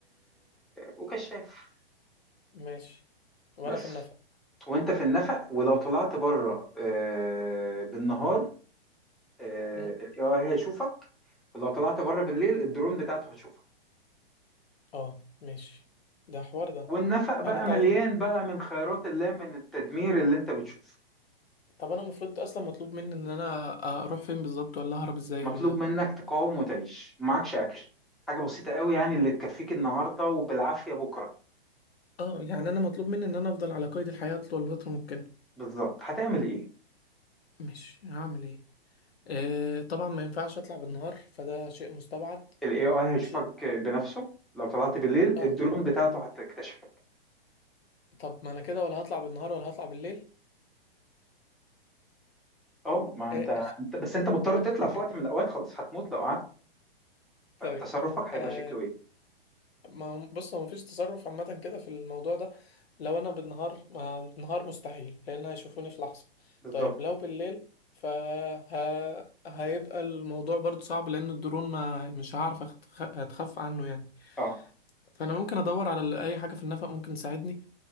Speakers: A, in the centre; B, on the left.
A: وكشاف
B: ماشي وانا
A: بس
B: في النفق
A: وانت في النفق ولو طلعت بره آه، بالنهار الاي
B: م?
A: اي هيشوفك لو طلعت بره بالليل الدرون بتاعته هتشوفك
B: اه ماشي ده حوار ده
A: والنفق بقى
B: يعني انت
A: مليان
B: عايز... م-
A: بقى من خيرات الله من التدمير اللي انت بتشوفه
B: طب انا المفروض اصلا مطلوب مني ان انا اروح فين بالظبط ولا اهرب ازاي
A: مطلوب
B: ولا
A: منك تقاوم وتعيش معكش اكل حاجه بسيطه قوي يعني اللي تكفيك النهارده وبالعافيه بكره
B: اه يعني انا مطلوب مني ان انا افضل على قيد الحياة طول الفترة ممكن
A: بالظبط هتعمل ايه
B: ماشي هعمل ايه آه، طبعا ما ينفعش اطلع بالنهار فده شيء مستبعد
A: الاي اي
B: ماشي
A: هيشوفك بنفسه لو طلعت بالليل
B: اه
A: الدرون بتاعته هتكتشفك
B: طب ما انا كده ولا هطلع بالنهار ولا هطلع بالليل
A: اه ما انت
B: آه،
A: انت بس انت مضطر تطلع
B: <laughs>
A: في وقت من الاوقات خلاص هتموت لو قعدت
B: طيب
A: فتصرفك
B: آه،
A: هيبقى شكله ايه
B: ما هو- بص هو مفيش تصرف عامة كده في الموضوع ده لو انا بالنهار ما بالنهار مستحيل لان هيشوفوني في لحظة
A: بالظبط
B: طيب لو بالليل فه... هيبقى الموضوع برضو صعب لان الدرون ما مش هعرف أخت- أتخفى عنه يعني
A: اه
B: فانا ممكن ادور على اي حاجة في النفق ممكن تساعدني